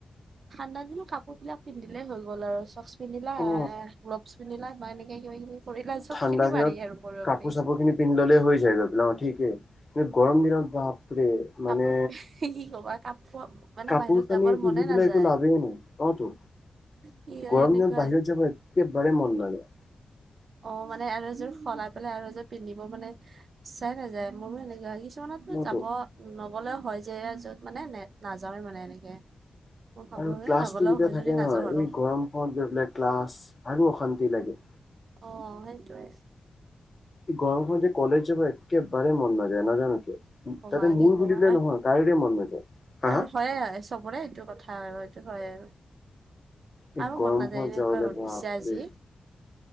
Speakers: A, on the right; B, on the left.
A: ঠাণ্ডা দিনৰ কাপোৰ বিলাক পিন্ধিলেই হৈ গ'ল আৰু চকস্ক পিন্ধিলা
B: অ
A: আআ গ্লভচ পিন্ধিলা বা এনেকে কিবা কিবি কৰিলা চব
B: ঠাণ্ডা
A: খিনি
B: দিনত
A: পাৰি আৰু কৰিব
B: কাপোৰ
A: পাৰি
B: চাপোৰ খিনি পিন্ধি ললে হৈ যায় আৰু ন ঠিকেই গৰম দিনত বাপৰে মানে
A: কাপোৰ কি কবা কাপোৰ মানে
B: কাপোৰ
A: বাহিৰত
B: কানি
A: যাবৰ
B: পিন্ধি
A: মনে
B: পেলাই
A: নাযায়
B: একো লাভেই নাই অহতো
A: কি
B: গৰম
A: এনেকুৱা
B: দিনত বাহিৰত যাব একেবাৰে মন নাযায়
A: অ মানে আৰু এযোৰ সলাই পেলাই আৰু এযোৰ পিন্ধিব মানে ইচ্ছাই নাযায় মোৰো হেনেকা হয় ইচ কিছুমানতো
B: অতো।
A: যাব নগলেও হয় যে য'ত মানে নে নাযাওৱে মানে এনেকে মই ভাবো
B: আৰু
A: যে
B: ক্লাছটো
A: নগলেও
B: যেতিয়া
A: হয়
B: থাকে
A: যদি নাযাও
B: নহয়
A: আৰু
B: এই গৰম সময়ত গৈ পেলাই ক্লাছ আৰু অশান্তি লাগে
A: অ সেইটোৱে
B: এ গৰমখনত যে কলেজ যাব একেবাৰে মন নাযায় নাজানো কিয়
A: ক'বা
B: সেইটো মোৰ
A: কি ক'বা
B: বুলি পিনে নহয় কাৰোৰে মন নাযায় হা
A: আৰু
B: হা
A: হয়ে, চবৰে সেইটো কথা আৰু সেইটো হয়ে আৰু।
B: এই
A: আৰু
B: গৰমখনত
A: মন নাযায় এনেকুৱা
B: যাবলে
A: ৰ'দ
B: বাপৰে
A: দিছে আজি!